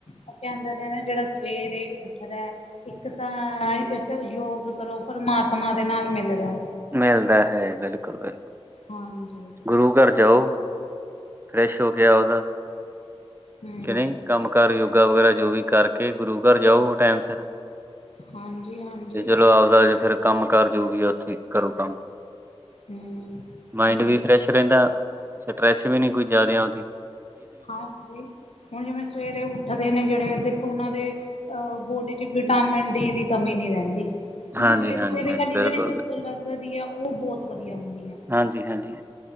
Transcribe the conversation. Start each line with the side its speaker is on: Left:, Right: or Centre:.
Left: ਓ ਕੈਦੇ ਨਾ ਜੇੜਾ ਸਵੇਰੇ ਉੱਠਦੈ ਇਕ ਤਾਂ, ਇਕ ਯੋਗ ਕਰੋ ਪਰਮਾਤਮਾ ਦੇ ਨਾਲ ਮਿਲਰਾ
Right: ਮਿਲਦਾ ਹੈ, ਬਿਲਕੁਲ-ਬਿਲਕੁਲ।
Left: ਹਾਂਜੀ।
Right: ਗੁਰੂ ਘਰ ਜਾਓ, ਫਰੈਸ਼ ਹੋ ਕੇ ਆਵਦਾ
Left: ਹੂੰ।
Right: ਨਈ, ਕੰਮ-ਕਾਰ ਯੋਗਾ ਵਗੈਰਾ ਜੋ ਵੀ ਕਰਕੇ ਗੁਰੂਘਰ ਜਾਓ, ਹੁਣ ਟੈਮ ਸਿਰ।
Left: ਹਾਂਜੀ-ਹਾਂਜੀ,
Right: ਤੇ ਚਲੋ ਆਵਦਾ ਜੀ ਫੇਰ ਕੰਮ-ਕਾਰ ਜੋ ਵੀ ਆ ਓਥੇ ਕਰੋ ਕੰਮ,
Left: ਹੂੰ।
Right: ਮਾਇੰਡ
Left: ਹੁਣ ਜਿਵੇਂ
Right: ਵੀ ਫਰੈਸ਼ ਰੈਦਾ ਸਟਰੈਸ ਵੀ ਨੀ ਕੋਈ ਜਾਦੇ ਓਂਦੀ।
Left: ਹਾਂਜੀ, ਹੁਨ ਜਿਵੇਂ ਸਵੇਰੇ ਉੱਠਦੇ ਨੇ ਜੇੜੇ ਦੇਖੋ ਓਨਾਂ ਦੇ ਆ, ਬੋਡੀ ਚ ਵਿਟਾਮਿਨ ਡੀ ਦੀ ਕਮੀ ਨੀ ਰੈਂਦੀ।
Right: ਹੈ
Left: ਕਿਉਂਕਿ
Right: ਹਾਂਜੀ
Left: ਸਵੇਰੇ-ਸਵੇਰੇ
Right: ਹਾਂਜੀ ਹਾਂਜੀ
Left: ਵਾਲੀ
Right: ਬਿਲਕੁਲ
Left: ਜੇੜੀ ਧੁੱਪ
Right: ਬਿਲਕੁਲ
Left: ਲੱਗਦੀ ਆ ਓ ਬਹੁਤ ਵਦੀਆ ਹੁੰਦੀ ਐ।
Right: ਹਾਂਜੀ-ਹਾਂਜੀ।